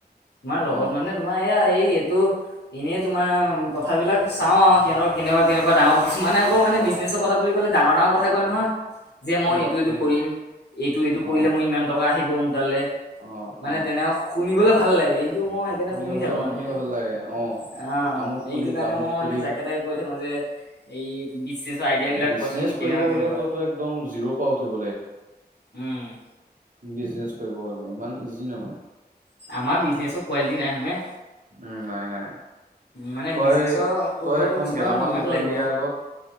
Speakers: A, on the left (about 80°); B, on the right (about 50°).
A: তোমাৰ লগত
B: অ
A: মানে তোমাৰ এইয়া, এই এইটো। এনেই তোমাৰ, কথাবিলাক চাওঁ আৰু সিহঁতৰ কেনেকুৱা, কেনেকুৱা ডাঙৰ কিছুমানে আকৌ মানে
B: অ
A: বিজনেছৰ কথা বুলি ক'লে ডাঙৰ, ডাঙৰ কথা কয় নহয়। যে মই
B: এই
A: এইটো,
B: বাপৰে
A: এইটো কৰিম, এইটো, এইটো কৰিলে
B: অ
A: মই ইমান টকা আহিব মোৰ টালৈ।
B: অ
A: মানে
B: অ
A: তেনেকা শুনিবলৈ ভাল লাগে, সেইটো মই সেইকাৰণে
B: শুনিব
A: শুনি
B: ভাল
A: থাকো মানে।
B: শুনিব
A: অ,
B: ভাল লাগে আমুক খুলিম
A: এইটো কাৰণে
B: তামুক
A: মই
B: খুলিম
A: মানে, যাকে তাকে কৈ থাকো যে এই, বিজনেচৰ আইডিয়া
B: এ
A: বিলাক,
B: বিজনেছ
A: কোৱাচোন কেনেকুৱা,
B: কৰিব হলে
A: কেনেকুৱা।
B: তইতো একদম জিৰ' পৰা উঠিব
A: উম,
B: বিজনেচ কৰিব হ'লে, ইমান ইজি নহয়
A: আমাৰ বিজনেচৰ কোৱালিটি, নাই হয়নে?
B: উম, নাই, নাই,
A: মানে
B: তই,
A: বিজনেচৰ কৰিবলৈ
B: তই এখন
A: কিছুমানৰ
B: গেলামাল
A: দিমাগ
B: দোকান
A: লাগিব
B: দিয়াৰ আগত।